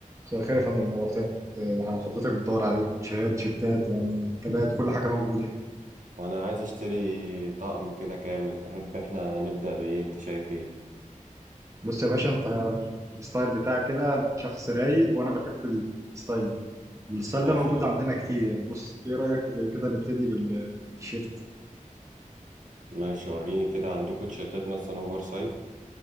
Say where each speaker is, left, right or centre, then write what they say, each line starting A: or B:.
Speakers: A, on the right; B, on the right.
A: مساء الخير يا فندم نورتني آه، حضرتك بتدور على شهات تيشيرتات يعني كبات كل حاجه موجوده هنا
B: وانا عايز اشتري طقم كده كامل تحب احنا نبدأ بايه انت شايف ايه
A: بص يا باشا انت الستايل بتاعك كده انت شخص رايق وانا بحب الستايل ده والستايل
B: الله
A: ده
B: يخليك
A: موجود عندنا كتير يعني بص ايه رايك كده نبتدي بالتيشيرت
B: ماشي وريني كده عندكم تيشيرتات مثلا اوفر سايز